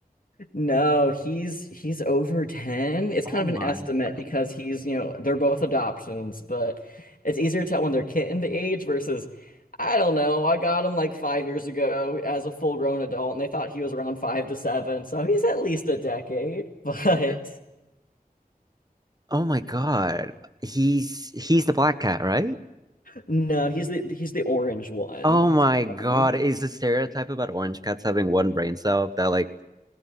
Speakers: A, on the left (about 60°); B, on the right (about 25°).
A: No, he's he's over 10. It's
B: Oh
A: kind of
B: my
A: an estimate because
B: goodness.
A: he's, you know, they're both adoptions, but it's easier to tell when they're kitten the age versus, I don't know, I got him like five years ago as a full grown adult, and they thought he was around five to seven, so he's at least a decade. <laughs> But
B: Okay. Oh my God. He's he's the black cat, right?
A: no, he's the he's the orange one.
B: Oh my God.
A: so.
B: Is the stereotype about orange cats having one brain cell that like